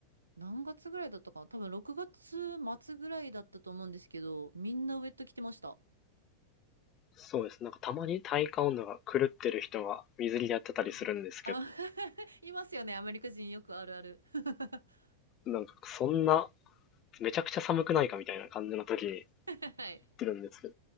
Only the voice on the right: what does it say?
何月ぐらいだったかな多分6月末ぐらいだったと思うんですけど、みんなウェット着てました。
うんあ、<laughs> いますよね。アメリカ人よくあるある。<laughs>
はい。